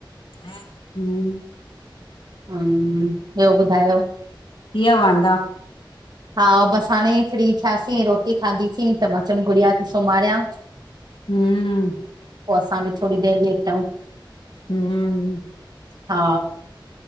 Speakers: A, on the left (about 80°); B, on the right (about 55°).
A: हम
B: हम ॿियो ॿुधायो?
A: थी वयों वांदा?
B: हा बस हाणे फ्री थियासीं रोटी खाधीसीं त म चम गुड़िया खे सुम्हारियां।
A: हम
B: पोइ असां बि थोरी देरि लेटउ।
A: हम
B: हा